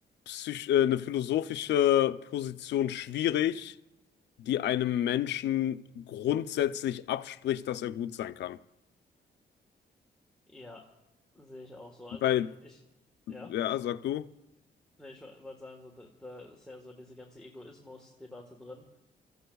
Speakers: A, on the left; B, in the centre.
A: psych- äh, eine philosophische Position schwierig, die einem Menschen grundsätzlich abspricht, dass er gut sein kann.
B: Ja, sehe ich auch so. Also
A: Weil
B: ich,
A: Ja,
B: ja,
A: sag du.
B: nee, ich wollte sagen, so, da, da ist ja so diese ganze Egoismus-Debatte drin,